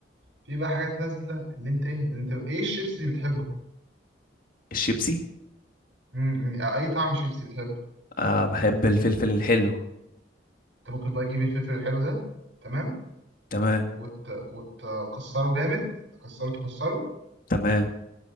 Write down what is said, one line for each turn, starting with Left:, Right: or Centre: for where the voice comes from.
Right: في بقى حاجات نازله اللي انت ايه اللي انت ايه الشيبس اللي بتحبه
Left: الشيبسي
Right: امم اي طعم شيبس بتحبه
Left: آه بحب الفلفل الحلو
Right: انت ممكن بقى تجيب الفلفل الحلو ده تمام
Left: تمام
Right: وت... وتكسره جامد تكسره تكسره
Left: تمام